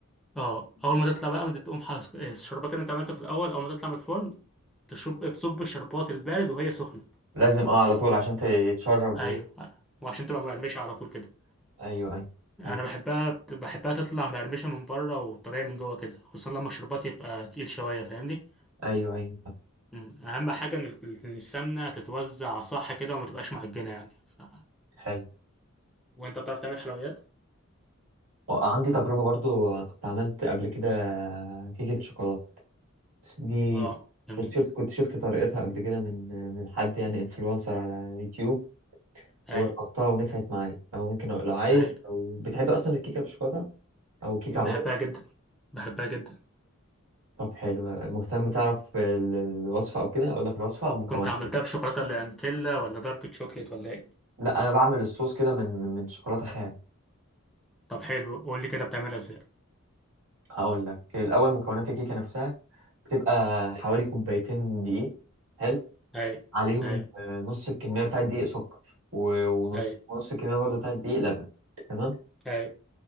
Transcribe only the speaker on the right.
لازم اه على طول عشان تتشرب
ويت
ايوه ايوه
حلو.
ايوه ايوه فاهم.
حلو
وعندي تجربة برضو كنت عملت قبل كده كيكة شوكولاتة دي
كنت شفت كنت شفت طريقتها قبل كده من من حد يعني انفلونسر على يوتيوب
وجربتها ونفعت معايا او ممكن أقول- لو عايز
او بتحب اصلا الكيكة بالشوكولاتة او كيكة
عموما
طب حلو مهتم تعرف ال- الوصفة أو كده أقول لك الوصفة أو مكونات
لا أنا بعمل الصوص كده من من شوكولاتة خام
هقول لك الأول مكونات الكيكة نفسها بتبقى حوالي كوبايتين دقيق حلو
عليهم
آه، نص الكمية بتاعة الدقيق سكر و- ونص
ونص الكمية برضه بتاعة الدقيق لبن تمام